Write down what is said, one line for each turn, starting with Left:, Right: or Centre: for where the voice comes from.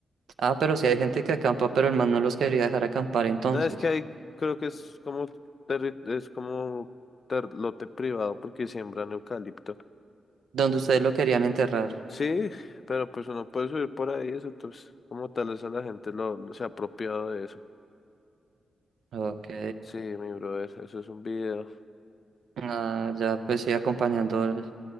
Right: Ah, pero si hay gente que acampa, pero el man no los quería dejar acampar entonces.
Left: No, es que ahí creo que es como, terri- es como ter- lote privado porque siembran eucalipto.
Right: dónde ustedes lo querían enterrar.
Left: Sí, pero pues uno puede subir por ahí, eso pues como tal eso la gente lo, lo- se ha apropiado de eso.
Right: Ok.
Left: Sí, mi brother, eso es un video.
Right: Ah, ya pues sí, acompañando. al-